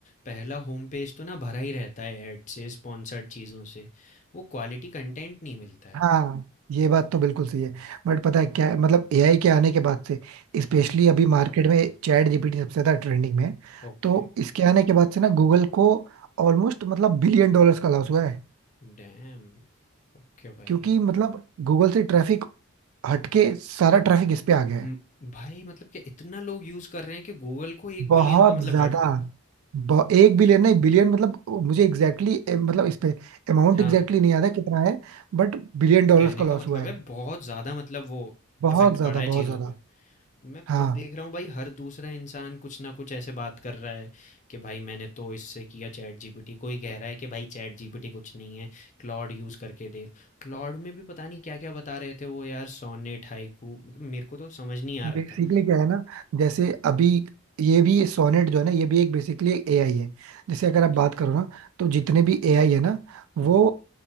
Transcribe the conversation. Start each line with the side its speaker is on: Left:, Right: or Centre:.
Left: पहला होम पेज तो ना भरा ही रहता है ऐड से, स्पॉन्सर्ड चीज़ों से। वो क्वालिटी कंटेंट नहीं मिलता है।
Right: हाँ ये बात तो बिल्कुल सही है बट पता है क्या है मतलब एआई के आने के बाद से
Left: हाँ।
Right: स्पेशली अभी मार्केट में चैट जीपीटी सबसे ज्यादा ट्रेंडिंग में है
Left: ओके।
Right: तो इसके आने के बाद से ना गूगल को ऑलमोस्ट मतलब बिलियन डॉलर्स का लॉस हुआ है
Left: डैम! ओके भाई।
Right: क्योंकि मतलब गूगल से ट्रैफिक हटके सारा ट्रैफिक इस पे आ गया है
Left: उम, भाई मतलब क्या इतना लोग यूज़ कर रहे हैं कि गूगल को 1
Right: बहुत
Left: बिलियन का मतलब
Right: ज्यादा
Left: झटका।
Right: ब- एक बिलियन नहीं बिलियन मतलब मुझे एग्जैक्टली मतलब इस पे अमाउंट
Left: हाँ।
Right: एग्जैक्टली नहीं याद है कितना है बट बिलियन डॉलर्स
Left: कहने
Right: का
Left: का
Right: लॉस
Left: मतलब
Right: हुआ है
Left: है बहुत ज़्यादा मतलब वो
Right: बहुत
Left: इफ़ेक्ट
Right: ज्यादा
Left: पड़ा है
Right: बहुत
Left: चीज़ों
Right: ज्यादा
Left: पे। मैं
Right: हाँ
Left: खुद देख रहा हूँ भाई हर दूसरा इंसान कुछ ना कुछ ऐसे बात कर रहा है कि भाई मैंने तो इससे किया चैटजीपीटी, कोई कह रहा है कि भाई चैटजीपीटी कुछ नहीं है, क्लॉड यूज़ करके देख। क्लॉड में भी पता नहीं क्या-क्या बता रहे थे वो यार सोनेट, हाइकू मतलब मेरे को तो समझ नहीं आ रहा
Right: बेसिकली
Left: था।
Right: क्या है ना जैसे अभी ये भी सोनेट जो है ना ये भी एक बेसिकली एक एआई है जैसे अगर
Left: ओके।
Right: आप बात करो ना तो जितने भी एआई है ना वो
Left: हुँ,